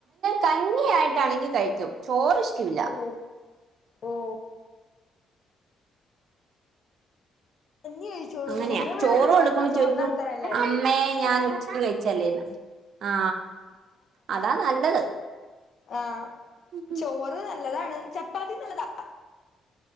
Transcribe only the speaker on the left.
ഓ ഓ കഞ്ഞി കഴിച്ചോളൂ
ഞങ്ങൾ ഇവിടെ
എല്ലാരും ചോ
ചോറിന്റെ ആൾക്കാരാ എല്ലാരും
ആ
ചൊറ് നല്ല നല്ലതാണ് ചപ്പാത്തി നല്ലതാ